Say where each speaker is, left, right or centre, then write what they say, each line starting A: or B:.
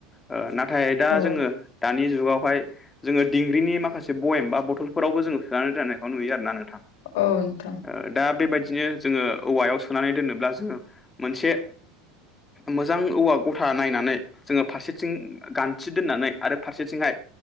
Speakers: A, on the left; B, on the left.
A: ओ नाथाय दा
B: औ
A: जोङो दानि जुगावहाय जोङो दिंग्रिनि माखासे बेयेम बा बथलफोरावबो जोङो सोनानै दानो बा नुयो आरोना नोंथां
B: औ नोंथां
A: ओ दा बेबायदिनो जोङो औवायाव सोनानै दोनोब्ला जोङो मोनसे मोजां औवा गथा नायनानै जोङो फारसेथिं गान्थि दोननानै आरो फारसेथिंहाय